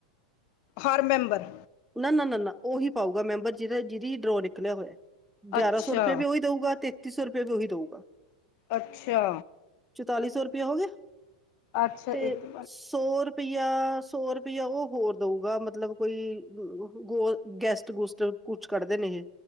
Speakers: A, on the left; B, in the centre.
A: ਹਰ ਮੈਂਬਰ
B: ਨਾ-ਨਾ-ਨਾ-ਨਾ ਓਹੀ ਪਾਊਗਾ ਮੈਂਬਰ ਜਿਦਾ ਜਿਦੀ ਡਰੋ ਨਿਕਲਿਆ ਹੋਇਆ। ਗਿਆਰਾਂ
A: ਅੱਛਾ
B: ਸੌ ਰੁਪਏਆ ਓਈ ਦਊਗਾ ਤੇਤੀ ਸੌ ਰੁਪੇਆ ਵੀ ਓਹੀ ਦਊਗਾ।
A: ਅੱਛਾ।
B: ਚੁਤਾਲੀ ਸੌ ਰੁਪਇਆ ਹੋ ਗਿਆ
A: ਅੱਛਾ
B: ਤੇ
A: ਇੱਕ
B: ਸੌ ਰੁ ਪਇਆ ਸੌ ਰੁਪਇਆ ਓ ਹੋਰ ਦਊਗਾ ਮਤਲਬ ਕੋਈ ਗੋਲ ਗੈਸਟ-ਗੁਸਟ ਕੁਛ ਕੱਢਦੇ ਨੇ ਏਹ।